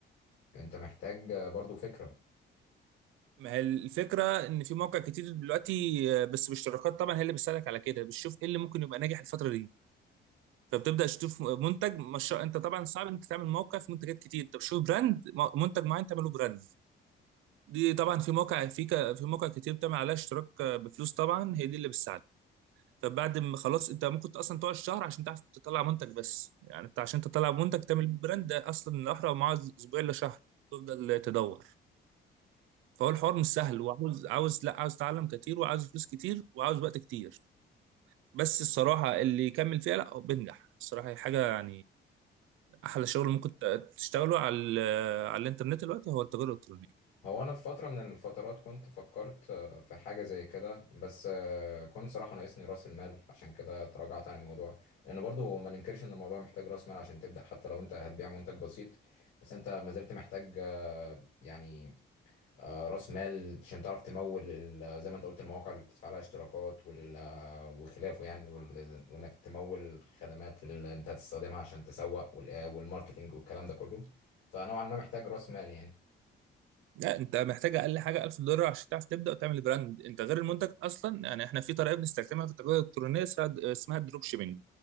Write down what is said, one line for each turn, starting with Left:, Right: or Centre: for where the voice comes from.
Left: انت محتاج برضو فكره
Right: ما هي الفكرة إن في مواقع كتير دلوقتي آه، بس بالاشتراكات طبعا هي اللي بتساعدك على كده بتشوف إيه اللي ممكن يبقى ناجح الفترة دي فبتبدأ تشوف منتج مش أنت طبعا صعب إنك تعمل موقع في منتجات كتير أنت بتشوف براند م- منتج معين تعمله براند دي طبعا في موقع في ك- في موقع كتير بتعمل عليها اشتراك آه، بفلوس طبعا هي دي اللي بتساعدك فبعد ما خلاص أنت ممكن أصلا تقعد شهر عشان تعرف تطلع منتج بس يعني أنت عشان تطلع منتج تعمل براند ده أصلا الأحرى معاه أسبوع إلا شهر تفضل تدور فهو الحوار مش سهل وعاوز عاوز لا عاوز تعلم كتير وعاوز فلوس كتير وعاوز وقت كتير بس الصراحة اللي يكمل فيها لا هو بينجح الصراحة هي حاجة يعني أحلى شغل ممكن ت- تشتغله على ال- على الإنترنت دلوقتي هو التجارة الإلكترونية
Left: هو انا في فتره من الفترات كنت فكرت آه، في حاجه زي كده بس آه، كنت صراحه ناقصني راس المال عشان كده تراجعت عن الموضوع لان برضو ما ننكرش ان الموضوع محتاج راس مال عشان تبدا حتى لو انت هتبيع منتج بسيط بس انت ما زلت محتاج آه، يعني آه، راس مال عشان تعرف تمول ال- زي ما انت قلت المواقع اللي بتدفع لها اشتراكات وال- آه، وخلافه يعني وال- وانك تمول خدمات اللي انت هتستخدمها عشان تسوق وال- آه، والماركتينج والكلام ده كله فنوعا ما محتاج راس مال يعني
Right: لا أنت محتاج أقل حاجة 1000 دولار عشان تعرف تبدأ وتعمل براند أنت غير المنتج أصلا يعني إحنا في طريقة بنستخدمها في التجارة الإلكترونية اسمها اسمها الدروب شيبينج